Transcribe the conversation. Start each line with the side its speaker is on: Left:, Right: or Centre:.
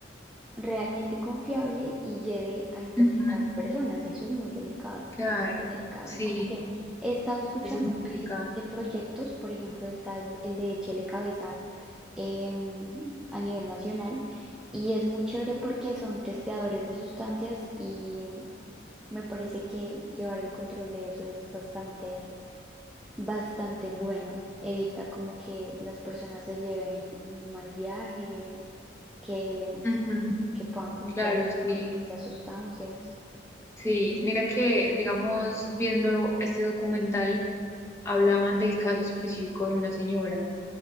Centre: realmente confiable y lleve a intoxicar
Left: ujú.
Centre: personas. Eso es muy delicado,
Left: Claro,
Centre: es delicado.
Left: sí,
Centre: Como que he estado escuchando
Left: eso es muy complicado.
Centre: de, de proyectos, por ejemplo, está el, el de Chele Cabeza em, a nivel nacional y es muy chévere porque son testeadores de sustancias y me parece que llevar el control de eso es bastante bastante bueno. Evita como que las personas se lleven un mal viaje que,
Left: Ujú,
Centre: que puedan confiar
Left: Claro,
Centre: en,
Left: sí,
Centre: en esas sustancias,
Left: sí. Mira que, digamos, viendo este documental, hablaban del caso específico de una señora